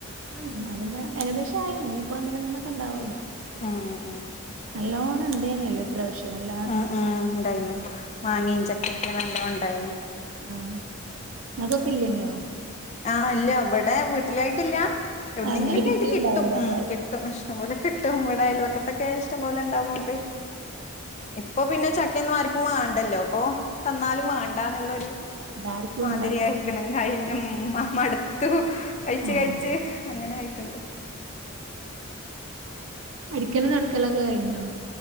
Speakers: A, on the right (about 70°); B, on the left (about 30°).
A: അങ്ങനെ ഇന്നാ പിന്നെ ഏകദേശം ആയി ഇനിയിപ്പോ ഒന്ന് രണ്ടെണ്ണക്കെ ഉണ്ടാവുള്ളു
B: ആഹ് ആഹ്
A: നല്ലോണ്ണം ഇണ്ടേനിയല്ലോ ഇപ്രാവിശ്യം നല്ല
B: ആഹ് ആഹ് ഉണ്ടായിന്നു മാങ്ങി ചക്കയൊക്കെ നല്ലോ ഉണ്ടായിന്നു
A: ആഹ് ഇങ്ങക്കൊക്കെ ഇല്ലേ നോ
B: ആഹ് ഇല്ല ഇവിടെ വീട്ടിലായിട്ടില്ല എവിടുന്നെങ്കിലും
A: ആഹ് ഇന്നാല്
B: ക്കെ
A: കിട്ടിണ്ടാവൂലേ
B: ആയിട്ട് കിട്ടും ഉം
A: അതായിരിക്കും
B: കിട്ടും ഇഷ്ടംപോലെ കിട്ടും ഇവിട അയൽ വക്കത്തൊക്കെ ഇഷ്ടംപോലെ ഇണ്ടാവോണ്ട് ഇപ്പൊ പിന്നെ ചക്കയൊന്നും ആര്ക്കും വാണ്ടല്ലോ പ്പൊ തന്നാലും വാ ണ്ടാന്ന്ള്ളരു
A: എല്ലാർക്കും
B: മാതിരിയായിക്ക്ണ്
A: ഉണ്ടാക്കാൻ
B: കഴിഞ്ഞു ആ മടുത്തു കഴിച്ച്
A: ആഹ്
B: കഴിച്ച് അങ്ങനെ ആയിട്ടുണ്ട്
A: അടിക്കലും തൊടക്കലൊക്കെ കയിഞ്ഞോ